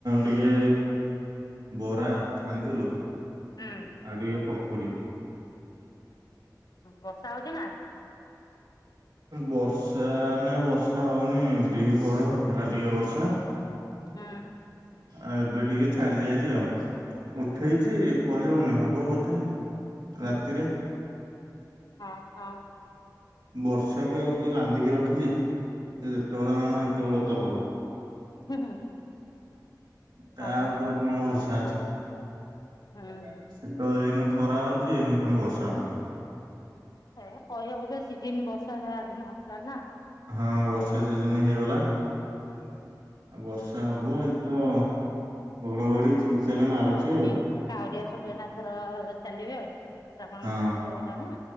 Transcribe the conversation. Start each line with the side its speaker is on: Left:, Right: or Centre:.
Right: ଟିକେ ବରା ଛାଣିଥିଲୁ।
Left: ହୁଁ
Right: ଆଉ ଟିକେ ପକୁଡି।
Left: ବର୍ଷା ହଉଛି ନା?
Right: ବର୍ଷା ନାଇ ବର୍ଷା ହଉନି ଦିପହରେ ହେଇଥିଲା ଟିକେ ବର୍ଷା।
Left: ହୁଁ
Right: ଆଉ ଏବେ ଟିକେ ଛାଡି ଯାଇଛି ଆଉ। ଉଠେଇଛି କହି ହଉନି ହବ ବୋଧେ ରାତିରେ।
Left: ହଁ ହଁ।
Right: ବର୍ଷାକୁ ଆଉ କିଏ ବାନ୍ଧିକି ରଖିଛି। ସେ ଯେତେବେଳେ ମନ ସେତେବେଳେ ତ ହବ।
Left: ହୁଁ ହୁଁ।
Right: ତା
Left: ହଁ ବା
Right: ଉପରେ କଣ ବର୍ଷ
Left: ହୁଁ
Right: <unintelligible> ସେ ତ ଏଇନୁ ଖରା ହଉଛି ଏଇନୁ ପୁଣି ବର୍ଷା। ହଅନ୍ତ
Left: ଏ କହିବା କଥା। ସିିଜିନ୍ ବର୍ଷା ଦିନ ଆସିଲା ନା।
Right: ହଁ ବର୍ଷା ସିଜନ ହେଇଗଲା। ଆଉ ବର୍ଷା ହବ ଏଇତ ଘଡଘଡି ଚାଲ ମାରୁଛି
Left: ହଁ ଯେ
Right: ଆଉ
Left: କାଉରିିଆ ସବୁ ଏଇନା ଏଥର ଚାଲିବେ ଆଉ। ଶ୍ରାବଣ
Right: ହଁ
Left: ମାସ ଆରମ୍ଭ ହେଇଗଲା ନା